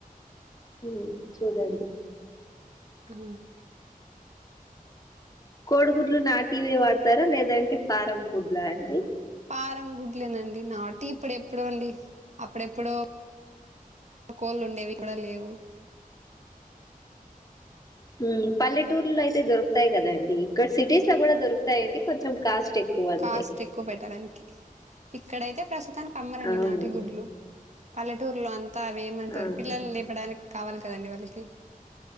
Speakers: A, on the left (about 25°); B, on the right (about 50°).
A: ఉమ్ చూడండి
B: అ
A: కోడుగుడ్లు నాటివే వాడతారా లేదంటే ఫారం గుడ్లా అండి
B: ఫారం గుడ్లేనండి నాటియి ఇప్పుడెప్పుడండి అప్పుడెప్పుడో కోలుండేవి కూడా లేవు
A: ఉమ్ పల్లెటూర్లో అయితే దొరుకుతాయి కదండి ఇక్కడ సిటీస్ లో కూడా దొరుకుతాయండి కొంచెం కాస్ట్ ఎక్కువ అంతే
B: కాస్ట్ ఎక్కువ పెట్టడానికి ఇక్కడైతే ప్రస్తుతానికి అమ్మరండి
A: అవునండి
B: నాటు గుడ్లు పల్లెటూరులో అంతా అవి ఏమంటరు
A: ఆహా
B: పిల్లలను లేపడానికి కావాలి కదండి వాళ్ళకి